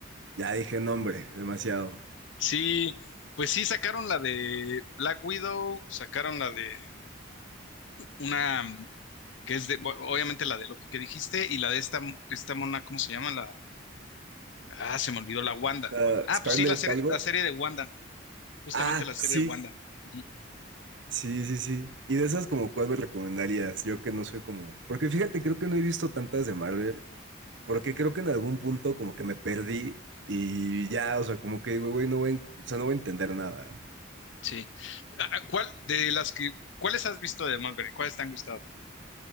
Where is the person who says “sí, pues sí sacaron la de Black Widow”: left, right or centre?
Left